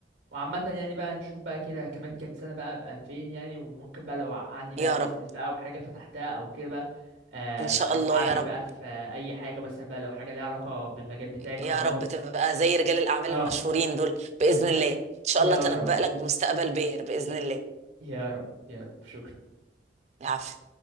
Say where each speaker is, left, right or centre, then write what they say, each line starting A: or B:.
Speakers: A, on the right; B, on the right.
A: وعامة يعني بقى نشوف بقى كده كمان كام سنة بقى ابقى فين يعني وممكن بقى لو ع- عندي بقى
B: يا
A: بيزنس
B: رب
A: بقى او حاجة فتحتها او كده بقى آه،
B: ان شاء
A: أبقى
B: الله
A: اساعدك
B: يا رب
A: بقى في اي حاجة مثلا بقى لو حاجة ليها علاقة بالمجال بتاعي كهرباء
B: يا رب تبقى زي رجال الاعمال
A: اه
B: المشهورين دول باذن الله ان شاء
A: يا
B: الله تنبأ
A: رب
B: لك بمستقبل باهر باذن الله
A: يا رب يا رب شكرا
B: العفو